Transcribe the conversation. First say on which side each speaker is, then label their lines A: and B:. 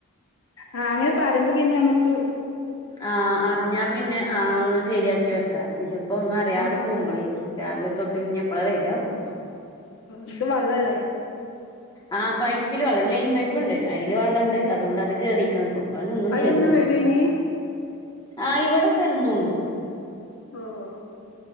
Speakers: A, on the left; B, on the left.
A: ആഹ് അങ്ങനെ പറീയ്മ്പൊ പിന്ന നമ്മക്ക്
B: ആഹ് അർഞ്ഞാ പിന്നെ ആഹ് ഒന്ന് ശരിയാക്കി വെക്കാ ഇത് പ്പൊ ഒന്നും അറിയാതെ
A: ആ
B: പോവുമ്പളേ രാവിലെ തൊട്ട് ഇഞ്ഞി എപ്പളാ വരാവോ
A: ട്ടും വള്ളല്ലേ
B: ആഹ് പൈപ്പില് വള്ളം ലെൈൻ പൈപ്പ് ഇണ്ട് അയില് വള്ളണ്ട് ണ്ട്
A: ഏ
B: അതുകൊണ്ട് അത് കേറീക്ക്‌ണ് ഇപ്പൊ അത് നിന്നും ചെയ്തോന്നുണു
A: എന്നും വരും ഇനി
B: ആഹ് ഇവിടെ ഇപ്പെന്നൂണ്ട്
A: ഓഹ്